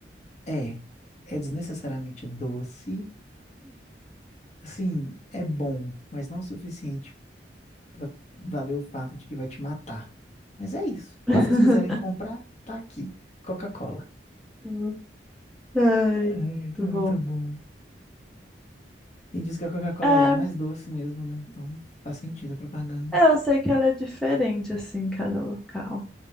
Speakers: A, on the left; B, in the centre.
A: É, é desnecessariamente doce. Assim, é bom, mas não o suficiente para valer o fato de que vai te matar. Mas é isso.
B: <laughs>
A: Se vocês quiserem comprar, tá aqui. Coca-Cola.
B: Hum. Ai,
A: Ai,
B: muito
A: é muito
B: bom.
A: bom. E diz que a Coca-Cola
B: É,
A: lá é mais doce mesmo, né? Então faz sentido a propaganda.
B: é, eu sei que ela é diferente, assim, em cada local.